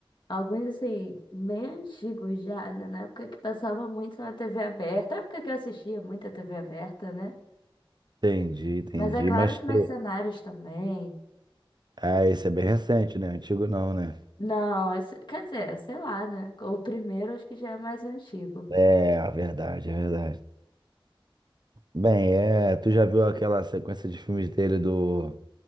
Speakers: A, on the left; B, on the right.
A: alguns, assim, meio antigos já, né? Na época que passava muito na TV aberta. Na época que eu assistia muito a TV aberta, né?
B: Entendi, entendi.
A: Mas é claro,
B: Mas
A: os
B: tu.
A: mercenários também.
B: Ah, esse é bem recente, né? Antigo não, né?
A: Não, esse- quer dizer, sei lá, né? O primeiro acho que já é mais antigo.
B: É, a verdade, é verdade. Bem, é, tu já viu aquela sequência de filmes dele do